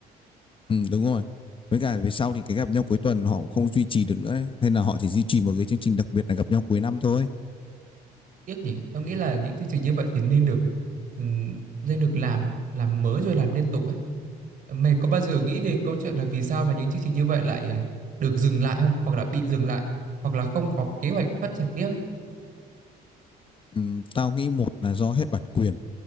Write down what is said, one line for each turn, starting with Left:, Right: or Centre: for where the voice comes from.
Left: ừ đúng rồi. Với cả về sau thì cái gặp nhau cuối tuần họ cũng không duy trì được nữa ấy. Nên là họ chỉ duy trì một cái chương trình đặc biệt là gặp nhau cuối năm thôi.
Right: tiếc nhỉ em nghĩ là những chương trình như vậy thì nên được ừm, nên được làm làm mới rồi làm liên tục ấy mày có bao giờ nghĩ về câu chuyện là vì sao mà những chương trình như vậy lại à, được dừng lại không hoặc là bị dừng lại hoặc là không có kế hoạch phát triển tiếp ấy
Left: Ừ, tao nghĩ một là do hết bản quyền.